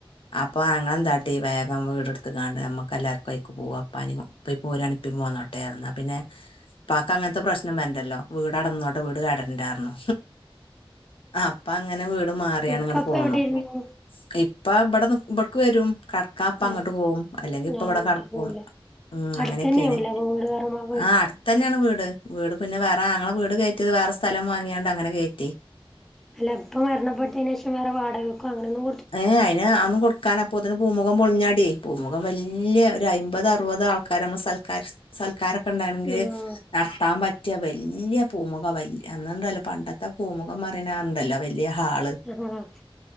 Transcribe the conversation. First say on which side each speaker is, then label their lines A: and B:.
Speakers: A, on the left (about 65°); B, in the centre.
A: അപ്പൊ അങ്ങള്ള എന്താട്ടി <unintelligible> വീടെടുത്ത് കാണ്ട് നമ്മുക്ക് എല്ലാവർക്കും ആയിക് പോവാ ഇപ്പാ പോരാണ്കിൽ ഇപ്പ പോന്നോടെ <unintelligible> പിന്നെ ഇപ്പാക്ക് അങ്ങനത്തെ പ്രശ്നം വരണ്ടല്ലോ വീട് അവടെന്നോട്ടെ വീട് <unintelligible> പറഞ്ഞു ഇപ്പ അങ്ങനെ വീട് മാറിയാണ്
B: ഇപ്പപ്പ
A: ഇങ്ങോട്ടു പോന്നു
B: എവിടെയിരുന്നു
A: ഇപ്പ ഇബടെ ഇവിടക്ക് വരും കടക്കാൻപ്പ അങ്ങോട്ട്
B: ആഹ്
A: പോകും അല്ലെങ്കി ഇപ്പ
B: ഞാൻ
A: ഇവിടെ
B: വീട്ട്ക്ക്
A: കടക്കും
B: പോവൂല
A: ഉം
B: അടുത്തന്നെ
A: അങ്ങനെക്കെയാണ്
B: ആവൂലെ അപ്പൊ വീട് വേറെ മാ
A: ആഹ് ഇതെന്നെയാണ് വീട് വീട് പിന്നെ വേറെ ഞങ്ങളെ വീട് കയറ്റിയത് വേറെ സ്ഥലം വാങ്ങിയാണ്ട് അങ്ങനെ കേറ്റി
B: അല്ല ഇപ്പ മരണപ്പെട്ടതിന് ശേഷം വേറേ വാടകകോ അങ്ങനെ ഒന്നും
A: ഏ അയിന് ആന്നും കൊടുകാ <unintelligible> അപ്പോത്തിന് പൂമുഖം പൊളിഞ്ഞാടി പൂമുഖം വല്യേ ഒരു അയ്മ്പത് അറുപത് ആൾക്കാര സൽക്കാര സൽക്കാരൊക്കെ ഉണ്ടായ്ന്നങ്കിൽ
B: ആഹ്
A: നടത്താൻ പറ്റിയ വലിയ പൂമുഖം വലിയ അന്ന്ണ്ടല്ലോ പണ്ടത്തെ പൂമുഖം പറയ്ണണ്ടല്ലോ വലിയ ഹാള്
B: <unintelligible>